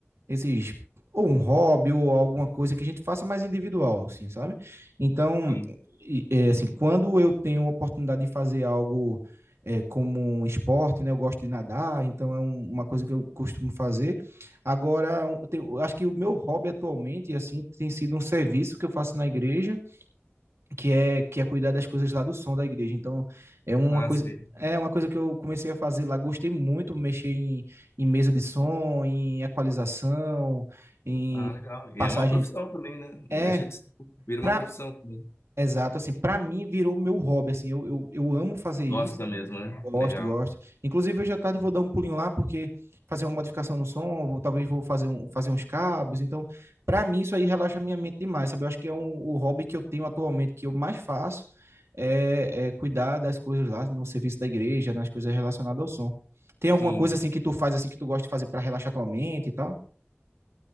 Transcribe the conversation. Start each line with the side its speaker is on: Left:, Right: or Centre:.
Right: esses ou um hobby ou alguma coisa que a gente faça mais individual, assim, sabe? Então,
Left: E
Right: e- é, assim, quando eu tenho a oportunidade de fazer algo é, como um esporte, né? Eu gosto de nadar, então é um- uma coisa que eu costumo fazer. Agora, um, tem- eu acho que o meu hobby atualmente, assim, tem sido um serviço que eu faço na igreja que é que é cuidar das coisas lá do som da igreja. Então, é uma
Left: ah,
Right: coisa
Left: sei.
Right: é uma coisa que eu comecei a fazer lá, gostei muito, mexer em, em mesa de som, em equalização, em
Left: Ah, legal. E
Right: passagem.
Left: é uma profissão também, né?
Right: É,
Left: Não deixa de ser. Vira
Right: pra,
Left: uma profissão também.
Right: exato, assim, para mim virou meu hobby, assim, eu, eu, eu amo fazer isso.
Left: Gosta mesmo, né?
Right: Gosto,
Left: Legal.
Right: gosto. Inclusive, hoje à tarde eu vou dar um pulinho lá, porque fazer uma modificação no som, vou- talvez vou fazer, um, fazer uns cabos. Então, para mim, isso aí relaxa a minha mente demais, sabe? Eu acho que é um, o hobby que eu tenho atualmente, que eu mais faço, é, é cuidar das coisas lá no serviço da igreja, nas coisas relacionadas ao som. Tem alguma
Left: Sim.
Right: coisa assim que tu faz, assim, que tu gosta de fazer para relaxar tua mente e tal?